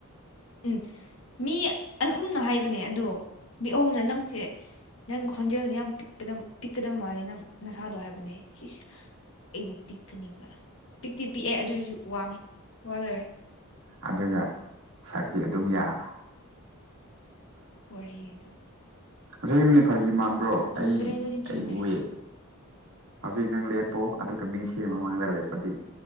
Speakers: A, on the left (about 65°); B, on the right (about 60°).
A: ꯎꯝ ꯃꯤ ꯑꯍꯨꯝꯅ ꯍꯥꯏꯕꯅꯦ ꯑꯗꯣ ꯃꯤ ꯑꯍꯨꯝꯅ ꯅꯪꯁꯦ ꯅꯪꯒꯤ ꯈꯣꯟꯖꯦꯜꯁꯦ ꯌꯥꯝ ꯄꯤꯛꯄꯅꯤꯅ, ꯄꯤꯛꯀꯗꯕ ꯃꯥꯜꯂꯦ ꯅꯪ ꯅꯁꯥꯗꯣ ꯍꯥꯏꯕꯅꯦ꯫ ꯏꯁ-ꯏꯁ ꯑꯩꯕꯨ ꯄꯤꯛꯀꯅꯤꯒ ꯄꯤꯛꯇꯤ ꯄꯤꯛꯑꯦ ꯑꯗꯨꯏꯁꯨ ꯋꯥꯡꯉꯦ ꯋꯥ ꯂꯣꯏꯔꯦ꯫
B: ꯑꯗꯨꯒ ꯁꯛꯇꯤ ꯑꯗꯨꯝ ꯌꯥꯕ
A: ꯋꯥꯔꯤ ꯑꯗꯣ
B: ꯉꯁꯥꯏ ꯌꯨꯝꯗꯣ ꯐꯥꯒꯤ ꯃꯥꯟꯕ꯭ꯔꯣ
A: ꯆꯨꯝꯗ꯭ꯔꯦ
B: ꯑꯩꯒꯤꯅꯦ
A: ꯑꯗꯨꯗꯤ ꯆꯨꯝꯗ꯭ꯔꯦ
B: ꯍꯧꯖꯤꯛ ꯅꯪ ꯂꯦꯞꯄꯣ ꯑꯗꯨꯒ ꯃꯤꯡꯁꯦꯜ ꯃꯃꯥꯡꯗ ꯂꯦꯞꯄꯗꯤ